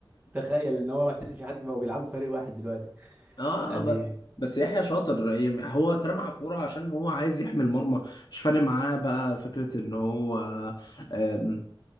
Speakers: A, on the right; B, on the left.
A: تخيل ان هو حسين شحات بقوا بيلعبوا في فريق واحد دلوقتي
B: اه
A: يعني
B: ب- بس يحيى شاطر يعني هو اترمى على الكوره عشان هو عايز يحمي المرمى مش فارق معاه بقى فكره ان هو آم،